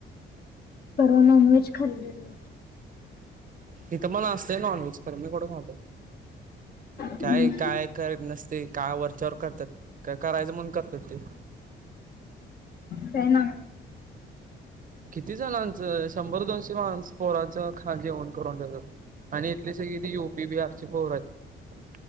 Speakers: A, on the left (about 50°); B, on the right (about 45°).
A: परवा नॉन व्हेज खाल्ल मी.
B: इथं पण असतय नॉनव्हेज तर मी कोठ खातो. काय
A: हम्म,
B: काय करत नसते काय वरच्यावर करतात का करायचं म्हणून करतात ते.
A: का ना.
B: किती जणांचं शंभर दोनशे माणसं पोरांचं खा जेवण करून ठेवलंत. आणि इथली सगळी ती यू पी बिहारची पोर आहे